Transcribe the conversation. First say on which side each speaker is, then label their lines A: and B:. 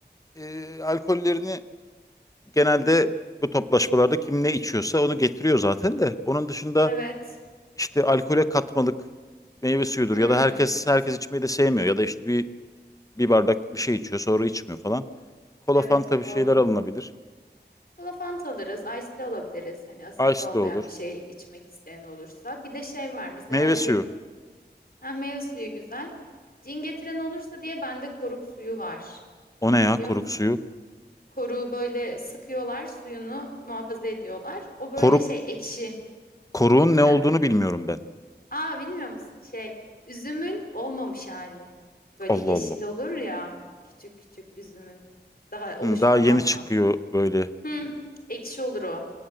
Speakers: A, on the left; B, on the left.
A: e, alkollerini genelde bu toplaşmalarda kim ne içiyorsa onu getiriyor zaten de. Onun dışında
B: Evet.
A: işte alkole katmalık meyve suyudur
B: Hmm,
A: ya da herkes herkes içmeyi de sevmiyor ya da işte bir bir bardak bir şey içiyor sonra içmiyor falan. Kola
B: evet
A: Fanta bir
B: doğru.
A: şeyler alınabilir.
B: Kola Fanta alırız, ice tea alabiliriz. Hani asitli
A: Ice
B: olmayan
A: de olur.
B: bir şey içmek isteyen olursa. Bir de şey var mesela
A: Meyve
B: hani
A: suyu.
B: ha, meyve suyu güzel. Cin getiren olursa diye bende koruk suyu var.
A: O ne ya
B: Biliyor
A: koruk
B: musun?
A: suyu?
B: Koruğu böyle sıkıyorlar, suyunu muhafaza ediyorlar. O böyle
A: Koruk
B: şey ekşi.
A: koruğun ne
B: Ha.
A: olduğunu bilmiyorum ben.
B: Aa bilmiyor musun? Şey üzümün olmamış hali. Böyle
A: Allah
B: yeşil
A: Allah.
B: olur ya küçük küçük üzümün daha oluşmadan
A: Hı, daha yeni çıkıyor
B: tam.
A: böyle
B: Hı, ekşi olur o.